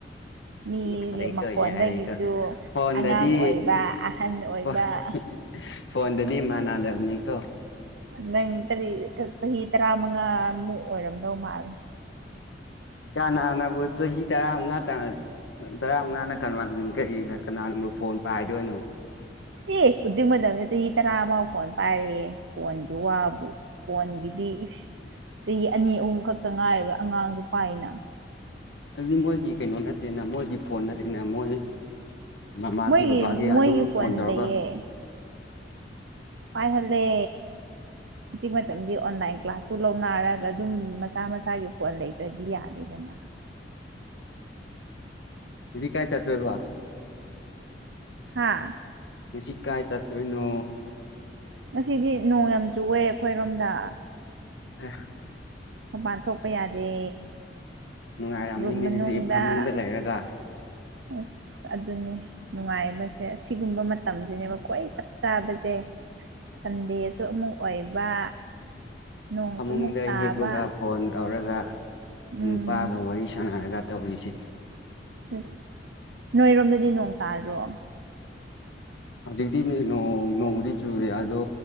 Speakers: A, on the right (about 85°); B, on the left (about 80°).
A: ꯃꯤꯗꯤ
B: <inaudible> ꯌꯥꯔꯦꯀꯣ
A: ꯃꯈꯣꯟꯗꯒꯤꯁꯨ
B: ꯌꯥꯔꯦꯀꯣ ꯐꯣꯟꯗꯗꯤ
A: ꯑꯉꯥꯡ ꯑꯣꯏꯕ ꯑꯍꯟ ꯑꯣꯏꯕ
B: <unintelligible> ꯐꯣꯟꯗꯗꯤ ꯃꯥꯟꯅꯗꯝꯅꯦꯀꯣ
A: ꯅꯪ ꯇꯔꯤ ꯆꯍꯤ ꯇꯔꯥꯃꯉꯥꯃꯨꯛ ꯑꯣꯏꯔꯝꯗꯧ ꯃꯥꯜꯂꯤ
B: ꯀꯥꯅꯥꯅꯕꯨ ꯆꯍꯤ ꯇꯔꯥꯃꯉꯥ <unintelligible> ꯇꯔꯥꯃꯉꯥꯅ <unintelligible> ꯀꯅꯥꯅꯕꯨ ꯐꯣꯟ ꯄꯥꯏꯗꯣꯏꯅꯣ
A: ꯑꯦ ꯍꯨꯖꯤꯛ ꯃꯇꯝꯗꯤ ꯆꯍꯤ ꯇꯔꯥꯕꯥꯎ ꯐꯣꯟ ꯄꯥꯏꯔꯦꯍꯦ ꯐꯣꯟꯒꯤ ꯋꯥꯕꯨ ꯐꯣꯟꯒꯤꯗꯤ ꯏꯁ ꯆꯍꯤ ꯑꯅꯤ ꯑꯍꯨꯝ ꯈꯛꯇ ꯉꯥꯏꯔꯤꯕ ꯑꯉꯥꯡꯁꯨ ꯄꯥꯏꯅ
B: ꯑꯗꯨꯗꯤ ꯃꯣꯏꯒꯤ ꯀꯩꯅꯣ ꯅꯠꯇꯦꯅ ꯃꯣꯏꯒꯤ ꯐꯣꯟ ꯅꯠꯇꯦꯅ ꯃꯣꯏ ꯃꯃꯥꯒꯤ
A: ꯃꯣꯏꯒꯤ
B: ꯕꯕꯥꯒꯤ
A: ꯃꯣꯏꯒꯤ
B: ꯑꯗꯨꯝ ꯐꯣꯟ ꯇꯧꯔꯒ
A: ꯂꯩꯌꯦ ꯄꯥꯏꯍꯜꯂꯦ ꯍꯧꯖꯤꯛ ꯃꯇꯝꯗꯤ ꯑꯣꯟꯂꯥꯏꯟ ꯀ꯭ꯂꯥꯁꯁꯨ ꯂꯧꯅꯔꯒ ꯑꯗꯨꯝ ꯃꯁꯥ ꯃꯁꯥꯒꯤ ꯐꯣꯟ ꯂꯩꯇ꯭ꯔꯗꯤ ꯌꯥꯗꯦꯗꯅ
B: ꯍꯨꯖꯤꯛ ꯀꯥꯏ ꯆꯠꯇꯣꯢꯕ
A: ꯍꯥꯥ
B: ꯉꯁꯤ ꯀꯥꯏ ꯆꯠꯇꯣꯏꯅꯣ
A: ꯉꯁꯤꯗꯤ ꯅꯣꯡ ꯌꯥꯝ ꯆꯨꯋꯦ ꯑꯈꯣꯏꯔꯣꯝꯗ
B: ꯑꯦ
A: ꯃꯄꯥꯟ ꯊꯣꯛꯄ ꯌꯥꯗꯦ
B: ꯅꯨꯡꯉꯥꯏꯔꯝꯅꯤꯅꯦ
A: ꯔꯨꯝ ꯃꯅꯨꯡꯗ
B: ꯑꯗꯨꯗꯤ ꯐꯃꯨꯡꯗ ꯂꯩꯔꯒ
A: ꯑꯁ ꯑꯗꯨꯅꯦ ꯅꯨꯡꯉꯥꯏꯕꯁꯦ ꯑꯁꯤꯒꯨꯝꯕ ꯃꯇꯝꯖꯤꯅꯦꯕ ꯈ꯭ꯋꯥꯏ ꯆꯞ ꯆꯥꯕꯖꯦ ꯁꯟꯗꯦꯁꯨ ꯑꯃꯨꯛ ꯑꯣꯏꯕ ꯅꯣꯡꯁꯨ
B: ꯐꯃꯨꯡꯗ
A: ꯑꯃꯨꯛ ꯇꯥꯕ
B: ꯍꯤꯞꯄꯒ ꯐꯣꯟ ꯇꯧꯔꯒ
A: ꯎꯝ
B: ꯅꯨꯄꯥꯒ ꯋꯥꯔꯤ ꯁꯥꯟꯅꯔꯒ ꯇꯧꯔꯤꯁꯦ
A: ꯏꯁ ꯅꯣꯏꯔꯣꯝꯗꯗꯤ ꯅꯣꯡ ꯇꯥꯗ꯭ꯔꯣ
B: ꯍꯧꯖꯤꯛꯇꯤ ꯅꯣꯡ ꯅꯣꯡꯕꯨꯗꯤ ꯆꯨꯨꯗꯦ ꯑꯗꯣ